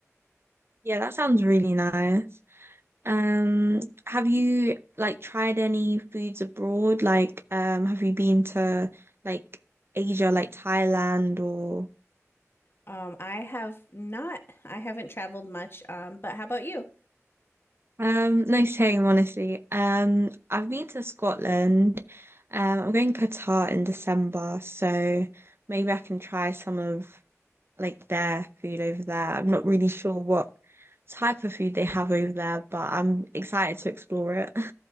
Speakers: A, on the right; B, on the left.
A: yeah, that sounds really nice. Um, have you like tried any foods abroad? Like, um, have you been to like Asia, like Thailand or
B: Um, I have not I haven't traveled much. Um, but how about you?
A: um, <laughs> no shame, honestly. Um, I've been to Scotland. Um, I'm going Qatar in December, so maybe I can try some of like their food over there. I'm not really sure what type of food they have over there, but I'm excited to explore it. <laughs>